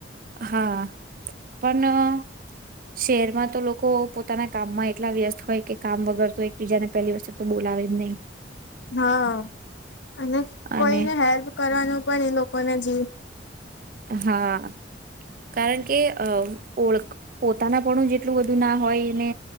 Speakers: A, on the right (about 45°); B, on the left (about 75°).
A: હા પણ શહેરમાં તો લોકો પોતાના કામમાં એટલા વ્યસ્ત હોય કે કામ વગર તો એકબીજાને પહેલી વસ્તુ તો બોલાવે જ નહી.
B: હા અને
A: અને
B: કોઈને હેલ્પ કરવાનો પણ એ લોકોને જ
A: હા કારણ કે અ ઓળ પોતાના પણું જ એટલું બધું ના હોય ને